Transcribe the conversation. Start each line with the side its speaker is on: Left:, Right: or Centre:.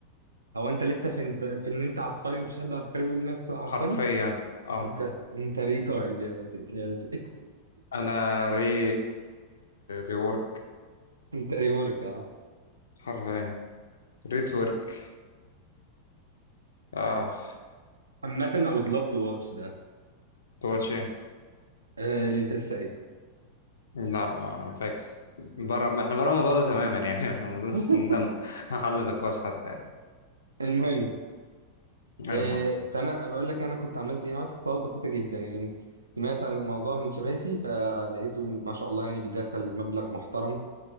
Right: هو انت لسه في انت في ان انت عبقري مفيش حد عبقري بيقول لنفسه عبقري
Left: حرفيا اه
Right: انت انت ريتارد يا زي- يا زي.
Left: انا ري ريورك
Right: <laughs> انت ريورك
Left: حرفيا ريتورك اه
Right: عامة I would love to watch that
Left: تواتش ايه
Right: آه، اللي انت لسه قايله
Left: لا ما فاكس بره احنا بره الموضوع ده تماما يعني <laughs> ما اظنش
Right: <laughs>
Left: ان ده حل نقاش حتى يعني
Right: المهم
Left: المهم
Right: آه، فانا بقول لك انا كنت عملت ايه انا عملت خطوات بسيطه جدا يعني سمعت عن الموضوع من شباسي فلقيته ما شاء الله يعني بيدخل مبلغ محترم